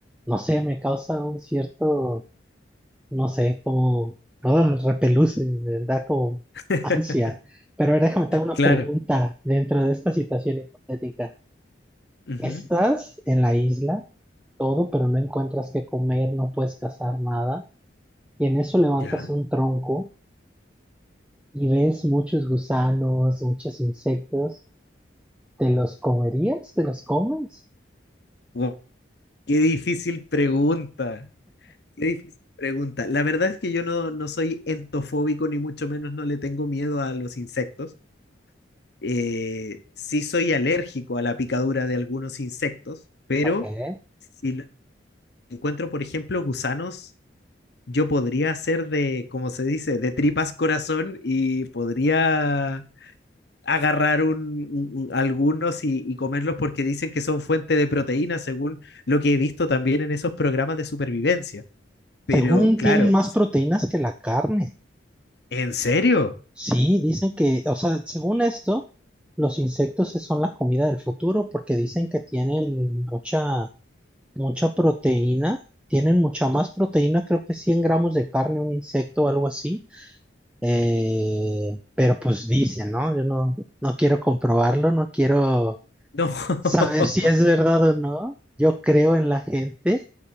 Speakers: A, in the centre; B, on the left (about 60°).
A: No sé, me causa un cierto, no sé, como ah, repeluce, me da como
B: <laughs>
A: ansia. Pero ahora déjame te hago una
B: claro.
A: pregunta dentro de esta situación hipotética.
B: Ujú,
A: Estás en la isla, todo, pero no encuentras qué comer, no puedes cazar nada. Y en eso levantas
B: Ya.
A: un tronco y ves muchos gusanos, muchos insectos. ¿Te los comerías? ¿Te los comes?
B: Guau, Qué difícil pregunta. Qué difícil pregunta. La verdad es que yo no, no soy entofóbico, ni mucho menos no le tengo miedo a los insectos. eh, sí soy alérgico a la picadura de algunos insectos, pero
A: Ok.
B: si lo- encuentro, por ejemplo, gusanos, yo podría hacer de, como se dice, de tripas corazón y podría agarrar un, un- un- algunos y, y comerlos porque dicen que son fuente de proteína, según lo que he visto también en esos programas de supervivencia. Pero
A: Según
B: claro,
A: tienen más proteínas que la carne.
B: ¿en serio?
A: Sí, dicen que, o sea, según esto, los insectos son la comida del futuro porque dicen que tienen mucha, mucha proteína, tienen mucha más proteína, creo que 100 gramos de carne un insecto o algo así. Eh, pero pues dicen, ¿no? Yo no, no quiero comprobarlo, no quiero
B: No. <laughs>
A: saber si es verdad o no. Yo creo en la gente